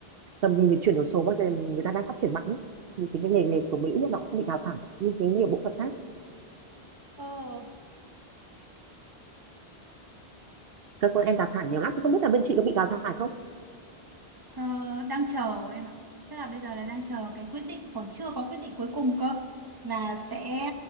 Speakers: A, on the right; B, on the right.
A: tầm nhìn về chuyển đổi số bao giờ người ta đang phát triển mạnh ý. thì cái cái nghề nghề của Mỹ nó cũng không bị đào thải nhưng cái nhiều bộ phận khác
B: Ờ
A: cơ quan em đào thải nhiều lắm thì không biết là bên chị có bị đào thải không
B: Ờ, đang chờ em ạ. Tức là bây giờ là đang chờ cái quyết định còn chưa có quyết định cuối cùng cơ là sẽ